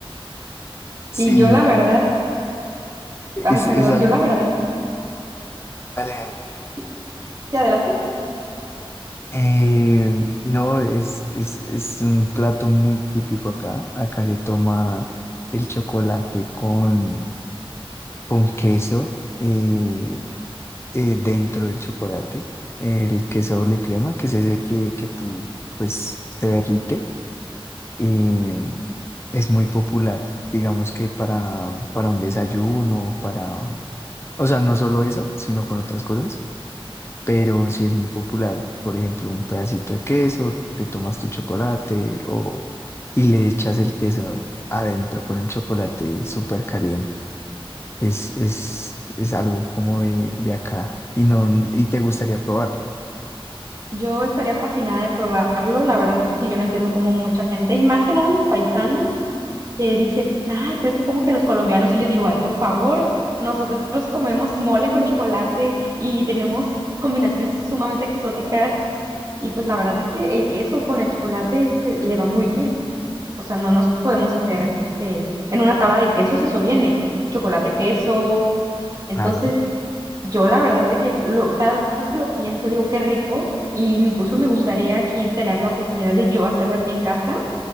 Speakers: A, on the left; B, on the right.
A: Sí,
B: Y yo la verdad,
A: es,
B: ay, perdón,
A: es al-
B: yo la verdad,
A: dale, dale.
B: sí, sí, adelante.
A: Eh, no, es, es, es un plato muy típico acá. Acá le toma el chocolate con, con queso eh, eh, dentro del chocolate. El queso doble crema, que es ese que, que tú, pues, se derrite. y es muy popular, digamos que para, para un desayuno, para, o sea, no solo eso, sino con otras cosas, pero sí es muy popular, por ejemplo, un pedacito de queso, te tomas tu chocolate o, y le echas el queso adentro con el chocolate súper caliente. Es, es, es algo como de, de acá y, no, y te gustaría probarlo,
B: Yo estaría fascinada de probarlo. La verdad es que yo no entiendo cómo mucha gente, y más que nada mis paisanos, que dicen, ay, pero es que como que los colombianos, y yo digo, ay, por favor, nosotros comemos mole con chocolate y tenemos combinaciones sumamente exóticas y pues la verdad es que el queso con el chocolate le va muy bien. O sea, no nos podemos hacer, este, en una tabla de quesos eso viene, chocolate, queso. Entonces,
A: claro.
B: yo la verdad es que lo, cada vez que lo pienso digo, qué rico y incluso me gustaría aquí tener la oportunidad de yo hacerlo aquí en casa